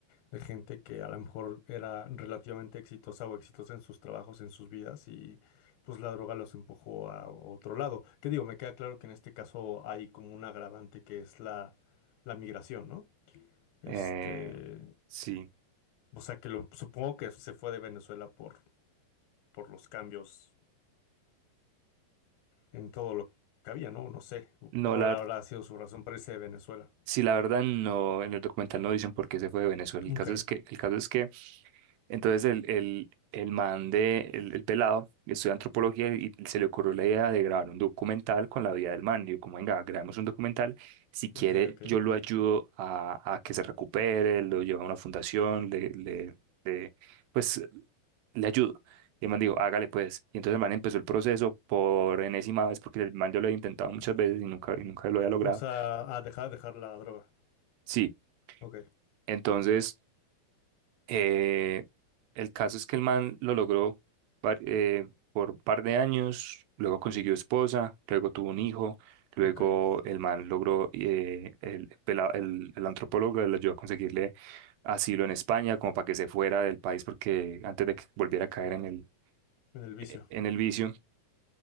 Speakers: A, on the left; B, on the right.
A: de gente que a lo mejor era relativamente exitosa o exitosa en sus trabajos, en sus vidas, y pues la droga los empujó a otro lado. Que digo, me queda claro que en este caso hay como un agravante que es la, la migración, ¿no? Este,
B: Eh, sí,
A: o sea, que lo, supongo que se fue de Venezuela por, por los cambios en todo lo que había, ¿no? No sé,
B: no,
A: cuál
B: la...
A: habrá sido su razón para irse de Venezuela.
B: Sí, la verdad no, en el documental no dicen por qué se fue de Venezuela. El
A: Ok,
B: caso es que, el caso es que entonces el, el, el man de, el, el pelado, estudia antropología y se le ocurrió la idea de grabar un documental con la vida del man. Digo, como venga, grabemos un documental. Si quiere,
A: ok, ok.
B: yo lo ayudo a, a que se recupere, lo llevo a una fundación, le, le, le- pues le ayudo. Y el man dijo, hágale pues. Y entonces el man empezó el proceso por enésima vez, porque el man yo lo había intentado muchas veces y nunca, y nunca lo había logrado.
A: O sea, a dejar, dejar la droga.
B: Sí,
A: Ok,
B: entonces. Eh, el caso es que el man lo logró par- eh, por un par de años, luego consiguió esposa, luego tuvo un hijo, luego
A: ok.
B: el man logró, eh, el, pela- el, el antropólogo le ayudó a conseguirle asilo en España, como para que se fuera del país, porque antes de que volviera a caer en el,
A: En el vicio.
B: eh, en el vicio.